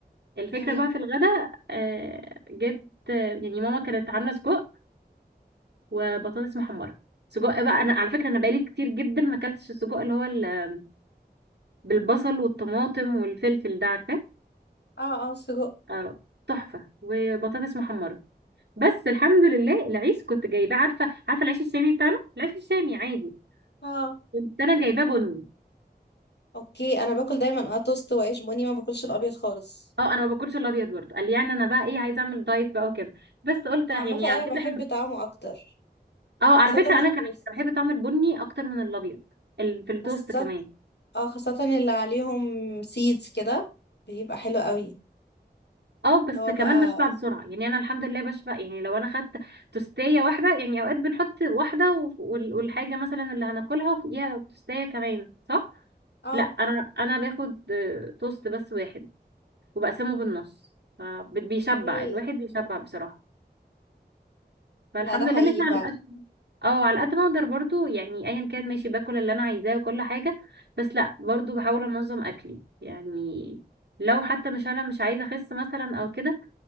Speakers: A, on the right; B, on the left.
A: الفكره
B: تمام
A: بقى في الغداء آه، جبت آه، يعني ماما كانت عامله سجق وبطاطس محمره سجق بقى انا على فكره انا بقالي كتير جدا ما اكلتش السجق اللي هو ال- بالبصل والطماطم والفلفل ده عارفاه
B: اه اه سجق
A: آه، تحفه وبطاطس محمره بس الحمد لله العيش كنت جايباه عارفه عارفه العيش الشامي بتاعنا العيش الشامي عادي
B: اه
A: كنت انا جايباه بني
B: اوكي انا باكل دايما اه توست وعيش بني ما باكلش الابيض خالص
A: اه انا ما باكلش الابيض برضه قال لي يعني انا بقى ايه عايزه اعمل دايت بقى وكده بس قلت
B: لا
A: يعني
B: عامه انا
A: على فكره
B: بحب
A: احنا
B: طعمه اكتر
A: اه على
B: خاصه
A: فكره
B: في
A: انا
B: التوست
A: كمان أنا بحب طعم البني اكتر من الابيض ال- في التوست
B: خاصه
A: كمان
B: اه خاصه اللي عليهم سيدز كده بيبقى حلو قوي
A: اه بس
B: اللي هو
A: كمان
B: بقى
A: بشبع بسرعه يعني انا الحمد لله بشبع يعني لو انا خدت توستيه واحده يعني اوقات بنحط واحده و- وال- والحاجه مثلا اللي هناكلها وفوقيها توستيه كمان صح
B: اه
A: لا انا انا باخد آه، توست بس واحد وبقسمه بالنص فبيشبع
B: اوكي
A: الواحد بيشبع بصراحه فالحمد
B: لا ده حقيقي
A: لله ان احنا
B: فعلا
A: على قد اه على قد ما اقدر برضو يعني ايا كان ماشي باكل اللي انا عايزاه وكل حاجه بس لا برضو بحاول انظم اكلي يعني لو حتى مش انا مش عايزه اخس مثلا او كده